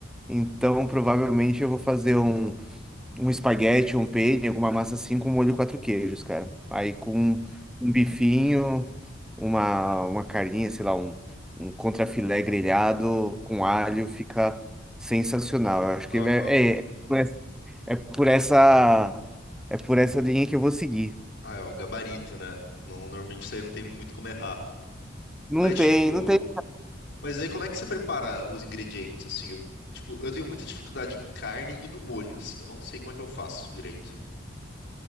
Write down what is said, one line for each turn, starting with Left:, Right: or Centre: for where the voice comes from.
Centre: Então, provavelmente eu vou fazer um. um espaguete, um penne, alguma massa assim com molho e quatro queijos, cara. Aí com
Left: Hum.
Centre: um bifinho, uma, uma carninha, sei lá, um, um contrafilé grelhado com alho, fica sensacional. Eu acho que
Left: Aham.
Centre: é, é, é por essa, é por essa linha que eu vou seguir.
Left: Ah, é o gabarito, né? Não, normalmente isso aí não tem muito como errar.
Centre: Não
Left: Mas,
Centre: tem,
Left: tipo.
Centre: não tem.
Left: Mas daí como é que você prepara os ingredientes, assim? Eu, tipo, eu tenho muita dificuldade em carne e no molho, assim. Eu não sei como é que eu faço direito.